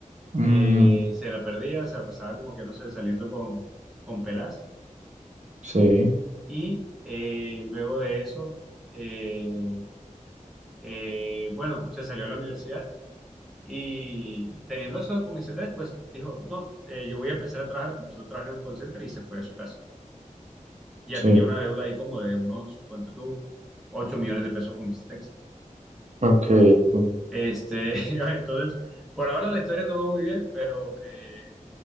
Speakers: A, on the right (about 60°); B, in the centre.
A: Mm,
B: Eh, se la perdía, o sea, pasaba como que, no sé, saliendo con, con pelas
A: sí,
B: Y eh, luego de eso, eh, eh, bueno, se salió de la universidad y teniendo eso con ICT, pues dijo, no, eh, yo voy a empezar a trabajar, comenzó a trabajar en un call center y se fue de su casa. Ya
A: sí,
B: tenía una deuda ahí como de unos, ¿cuánto tú? 8 millones de pesos con ICETEX.
A: ok, u-
B: Este, <laughs> entonces, por ahora la historia no va muy bien, pero eh,